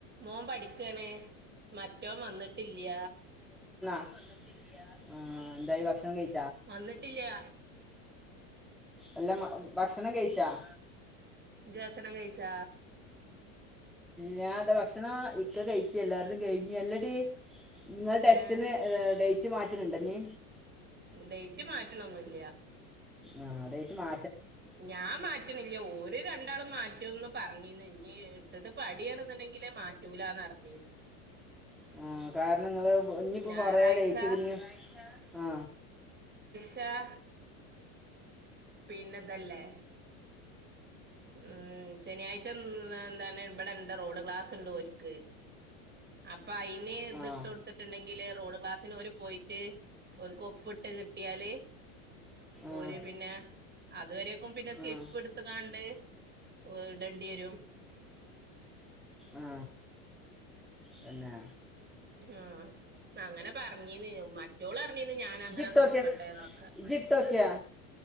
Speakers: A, on the right (about 25°); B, in the centre.
A: ഓൻ പഠിക്കണെ മ റ്റവൻ വന്നിട്ടില്ല
B: ആഹ എന്തായി ഭക്ഷണം കഴിച്ച
A: വന്നിട്ടില്ല
B: എല്ല ഭക്ഷണം കഴ <unintelligible>
A: ദർശനം കഴിച്ചാ
B: ഞാന്റെ ഭക്ഷണം ഇക്ക കഴിച്ചു എല്ലാരുടെതും കഴിഞ്ഞ് അല്ലടി നിങ്ങൾ ടെസ്റ്റിന്
A: ഏഹ്
B: ഡേറ്റ് മാറ്റണുണ്ടോ ഇനി
A: ഡേറ്റ് മാറ്റണൊന്നും ഇല്ല്യാ
B: ആ ഡേറ്റ് മാ
A: ഞാൻ മാറ്റണില്ല ഓര് രണ്ടാളും മാറ്റൂന്ന് പറഞ്ഞീന്ന് ഇനീം ഇട്ടിട്ട് പടിയണ എന്നുണ്ടെങ്കിലേ മാറ്റൂലന്ന് അറിഞ്ഞീന്ന്
B: ആ കാരണം നിങ്ങള് ഇനിയിപ്പോ
A: ഞായറാഴ്ച
B: പറയാ ഡേറ്റൊക്കെ ഇനിയും ആ
A: <unintelligible> പിന്നെതല്ലേ ഉം ശനിയാഴ്ച എന്താണ് ഇവിടെണ്ട് റോഡ് ക്ലാസ് ഉണ്ട് ഓർക്ക് അപ്പ അയിന് ഇതിട്ട്
B: ആഹ്
A: കൊടുത്തിട്ടുണ്ടെങ്കിൽ റോഡ് ക്ലാസ്സിന് ഓര് പോയിട്ട് ഓരുക്ക് ഒപ്പിട്ട് കിട്ടിയാല്
B: ആഹ്
A: ഓര് പിന്നെ അതുവരെയക്കും പിന്നെ സ്ലിപ്പ്
B: ആഹ്
A: എടുത്ത് കാണ്ട് ഓടണ്ടി വരും
B: ആ പിന്നെ
A: ഉം അങ്ങനെ പർഞ്ഞീന്ന് മറ്റോളർഞ്ഞീന്ന് ഞാനങ്ങനെ
B: ഇജ്ജ് ഇട്ടോക്കിയ
A: നോക്കട്ടെ ന്നൊക്കെ
B: ഇജ്ജ് ഇട്ടോക്കിയാ